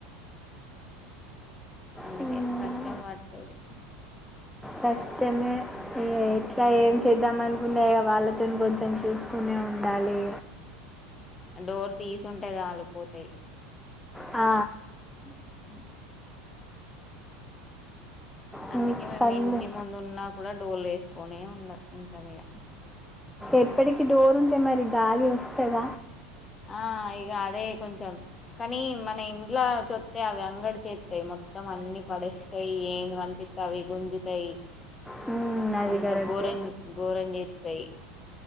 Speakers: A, on the left; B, in the centre.
A: అందుకే
B: హ్మ్.
A: కష్టం వాటితోటి
B: కష్టమే ఎట్లా ఏం చేద్దాం అనుకుంటే వాళ్ళతోని కొంచెం చూసుకునే ఉండాలి
A: ఉ డోర్ తీసింటే చాలు పోతాయి
B: ఆ
A: హం హం అందుకే
B: హ్మ్.
A: మేము
B: పనులు
A: ఇంటి ముందు ఉన్నా కూడా డోర్లు వేసుకొనే ఉండ ఉంటాం ఇక
B: ఎప్పటికి డోరు ఉంటే మరి గాలి వస్తద
A: ఆ ఇక అదే కొంచెం కానీ మన ఇంట్లో చొస్తా అవి అంగడి చేస్తాయి మొత్తం అన్ని పడేస్తాయి ఏమి కా కనిపిస్తా అవి గుంజుతాయి
B: హ్మ్. అది
A: అంత
B: కరెక్టే.
A: గోరం గోరం చే తాయి